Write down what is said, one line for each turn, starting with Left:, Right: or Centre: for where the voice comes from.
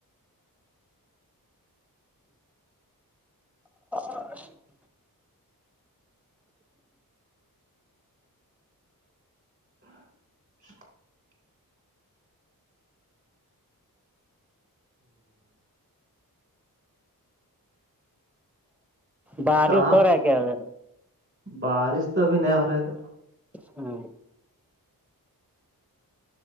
Centre: ہ
Right: <inaudible>
Centre: باد
Right: کہاں
Centre: سو رہ کیاا
Right: بارش تو ابھی نہیں ہو رہا ہے ت
Centre: ہاں